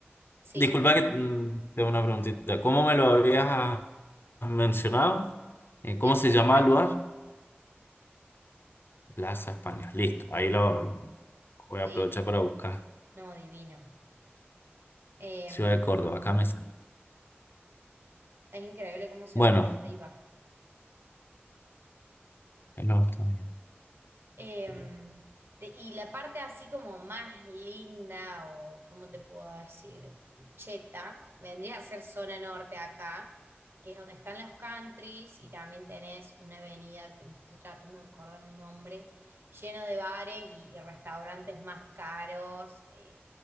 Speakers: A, on the right; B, on the left.
A: ¿sí?
B: disculpa que mm, tengo una preguntita, ¿cómo me lo habías mencionado? Eh, ¿cómo
A: Plaza
B: se llama
A: España,
B: el lugar? Plaza España. Listo, ahí lo voy a
A: sí,
B: aprovechar para buscar.
A: no, divino. Eh,
B: Ciudad de Córdoba, acá me sale.
A: es increíble cómo se
B: Bueno,
A: ve de arriba.
B: no, está bien.
A: Em, de- y la parte así como más linda o, ¿cómo te puedo decir? Cheta, vendría a ser zona norte acá, que es donde están los countries y también tenés una avenida que me estoy tratando de acordar el nombre, lleno de bares y, y restaurantes más caros, eh,